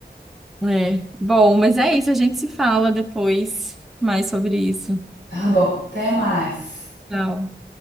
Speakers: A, in the centre; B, on the left.
A: É. Bom, mas é isso, a gente se fala depois mais sobre isso.
B: Tá bom, até mais.
A: Tchau.